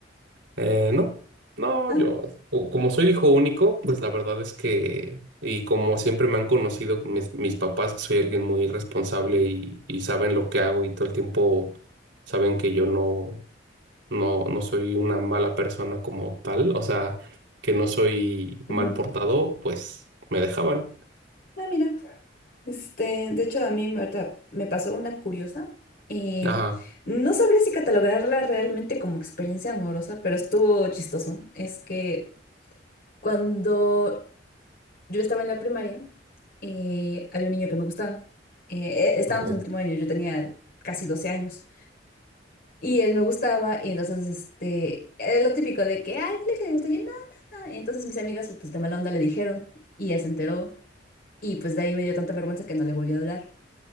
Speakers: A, on the right (about 85°); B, on the left (about 55°).
A: Eh, no, no,
B: Ah,
A: yo, o- como soy hijo único, pues la verdad es que, y como siempre me han conocido mis, mis papás, que soy alguien muy responsable y, y saben lo que hago y todo el tiempo saben que yo no, no, no soy una mala persona como tal, o sea, que no soy mal
B: ujú.
A: portado, pues me dejaban.
B: Ah, mira. Este, de hecho, a mí me ahorita me pasó una curiosa. y
A: Ajá,
B: no sabría si catalogarla realmente como experiencia amorosa, pero estuvo chistoso. Es que cuando yo estaba en la primaria, eh, había un niño que me gustaba. Eh, eh, estábamos
A: ok,
B: en el último año, yo tenía casi 12 años. Y él me gustaba, y entonces, este, eh, lo típico de que, ay, dile que le gusta. Yo, no, no, no. Y entonces mis amigas, pues de mala onda, le dijeron, y él se enteró. Y pues de ahí me dio tanta vergüenza que no le volvió a hablar.